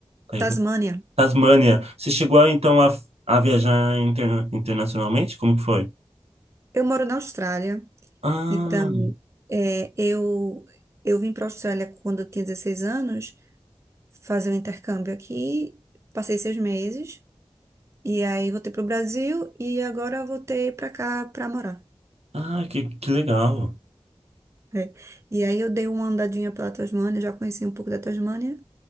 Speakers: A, on the right; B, on the right.
A: Taylor.
B: Tasmânia.
A: Tasmânia. Você chegou então a, a viajar interna- internacionalmente? Como que foi?
B: Eu moro na Austrália,
A: Ah,
B: então é, eu, eu vim para a Austrália quando eu tinha 16 anos, fazer um intercâmbio aqui, passei seis meses, e aí voltei para o Brasil e agora voltei para cá para morar.
A: ah, que, que legal.
B: É. E aí eu dei uma andadinha pela Tasmânia, já conheci um pouco da Tasmânia,